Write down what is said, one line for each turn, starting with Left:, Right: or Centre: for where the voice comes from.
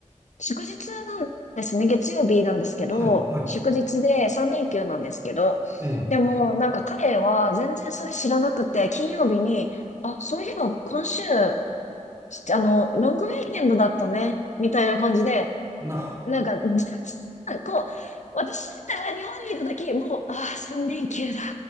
Left: 祝日なんですね。月曜日なんですけど、
Right: あ、はい。はい。
Left: 祝日で3連休なんですけど、
Right: ええ、
Left: でもなんか彼は全然それ知らなくて、金曜日に、あ、そういえば今週しあの、ロングウィーケンドだったね、みたいな感じで、
Right: な、
Left: なんか、<laughs> 全然こう、私だったら日本にいた時、もう、ああ、3連休だ。